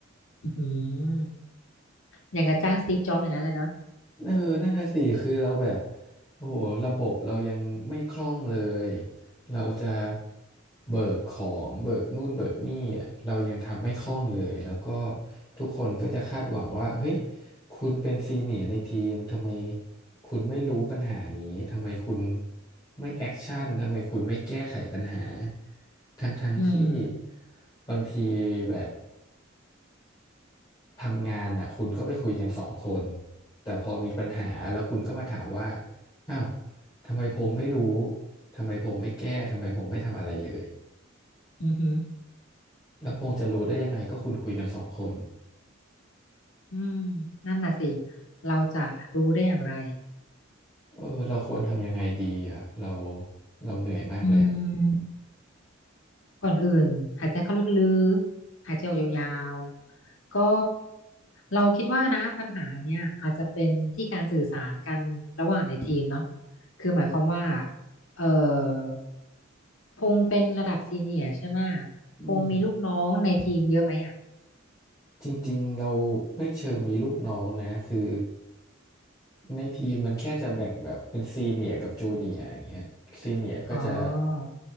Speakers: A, on the left; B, on the left.
A: อือหืออย่างกับจ้างสตีฟจ็อบส์อย่างนั้นเลยเนาะ
B: เออนั่นน่ะสิคือเราแบบโอ้โหระบบเรายังไม่คล่องเลยเราจะเบิกของเบิกนู่นเบิกนี่อะเรายังทำไม่คล่องเลยแล้วก็ทุกคนก็จะคาดหวังว่าเฮ้ยคุณเป็นซีเนียร์ในทีมทำไมคุณไม่รู้ปัญหานี้ทำไมคุณไม่แอคชั่นทำไมคุณไม่แก้ไขปัญหาทั้งๆที่
A: อืม
B: บางทีแบบ ทำงานอ่ะคุณก็ไปคุยกันสองคนแต่พอมีปัญหาแล้วคุณก็มาถามว่าอ้าวทำไมพงษ์ไม่รู้ทำไมพงษ์ไม่แก้ทำไมพงษ์ไม่ทำอะไรเลย
A: อือหือ
B: แล้วพงษ์จะรู้ได้ยังไงก็คุณคุยกันสองคน
A: อืมนั่นน่ะสิเราจะรู้ได้อย่างไร
B: เออเราควรทำยังไงดีอ่ะเราเราเหนื่อยมากเลยอ่ะ
A: อืมก่อนอื่นหายใจเข้าลึกๆหายใจออกยาวๆก็เราคิดว่านะปัญหาเนี่ยอาจจะเป็นที่การสื่อสารกันระหว่างในทีมเนาะคือหมายความว่าเอ่อ พงษ์เป็นระดับซีเนียร์ใช่ไหมะ
B: อืม
A: พงษ์มีลูกน้องในทีมเยอะไหมอ่ะ
B: จริงๆเราไม่เชิงมีลูกน้องนะคือในทีมมันแค่จะแบ่งแบบเป็นซีเนียร์กับจูเนียร์อย่างเงี้ยซีเนียร์ก็จะ
A: อ๋อ